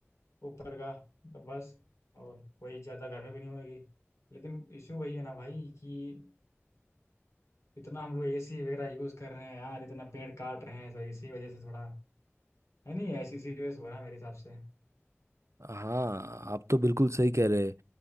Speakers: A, on the left (about 80°); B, on the right (about 80°).
A: ऊपर का तो बस और वही ज़्यादा गर्मी भी नहीं होगी लेकिन इशू वही है ना भाई कि इतना हम लोग एसी वगैरह यूज़ कर रहे हैं यार इतना पेड़ काट रहे हैं तो इसी वजह से थोड़ा है नहीं ऐसी सीरियस हो रहा है मेरे हिसाब से
B: हाँ आप तो बिल्कुल सही कह रहे हैं